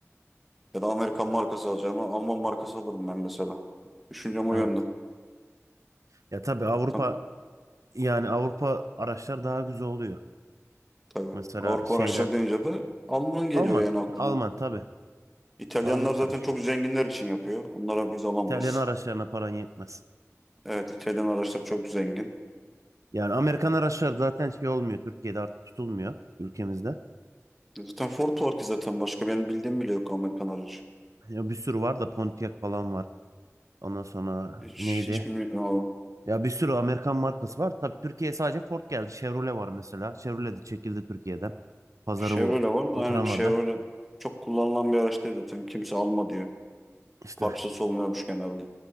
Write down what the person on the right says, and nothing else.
evet.
Ya tabii Avrupa
yani Avrupa araçlar daha güzel oluyor.
Mesela
şeyler
Alman.
Alman tabii.
Alman
araçlar.
İtalyan araçlarına paran yetmez.
Yani Amerikan araçlar zaten şey olmuyor. Türkiye'de artık tutulmuyor ülkemizde.
Ya bir sürü var da Pontiac falan var. Ondan sonra
neydi?
Ya bir sürü Amerikan markası var. Tabii Türkiye'ye sadece Ford geldi. Chevrolet var mesela. Chevrolet de çekildi Türkiye'den. Pazarı
bu
oturamadı.
İşte